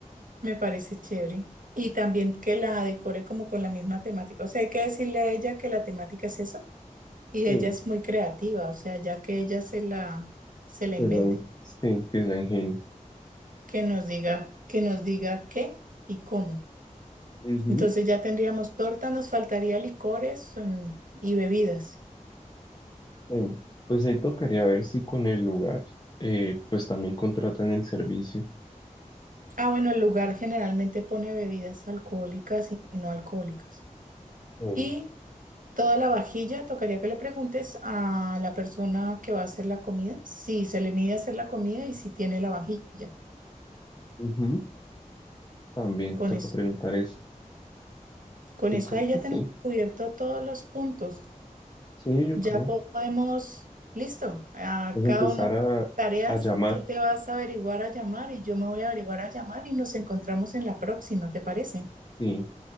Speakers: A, on the right; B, on the left.
A: me parece chévere. Y también que la decore como con la misma temática. O sea, hay que decirle a ella que la temática es esa. Y
B: Sí,
A: ella es muy creativa, o sea, ya que ella se la, se la
B: que
A: invente.
B: es la, sí, que es la ingenio.
A: Que nos diga, que nos diga qué y cómo.
B: Ujú,
A: Entonces ya tendríamos torta, nos faltaría licores, mm, y bebidas.
B: sí. Pues ahí tocaría ver si con el lugar, eh, pues también contratan el servicio.
A: Ah, bueno, el lugar generalmente pone bebidas alcohólicas y no alcohólicas.
B: Eh,
A: Y toda la vajilla, tocaría que le preguntes a la persona que va a hacer la comida si se le mide hacer la comida y si tiene la vajilla.
B: ujú, También
A: Con
B: toca
A: eso,
B: preguntar eso.
A: con
B: Yo
A: eso
B: creo
A: ahí
B: que
A: ya
B: sí.
A: tenemos cubierto todos los puntos.
B: Sí, yo
A: Ya
B: creo.
A: po- podemos, listo, a
B: Es
A: cada
B: empezar
A: uno
B: a,
A: tareas,
B: a llamar.
A: tú te vas a averiguar a llamar y yo me voy a averiguar a llamar y nos encontramos en la próxima, ¿te parece?
B: Sí.